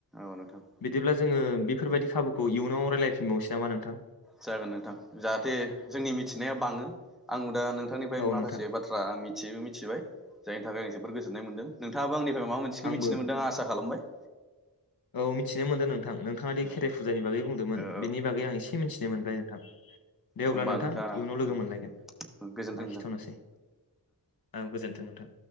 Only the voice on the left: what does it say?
बिदिब्ला जोङो बेफोरबायदि खाबुखौ इयुनाव राइलाइ फिनबाय नोसै नामा नोंथां
औ
नोंथां
आंबो
औ मिथिनो मोनदों नोंथां नोंथाङा
दि खेराइ फुजानि बागै बुंदोंमोन
बेनि बागै
आं एसे मिन्थि नो मोनबाय नोंथां दे अब्ला
नोंथां
इयुनाव लोगो
मोनलायगोन
लाखिथ'नोसै
औ गोजोनथों नोंथां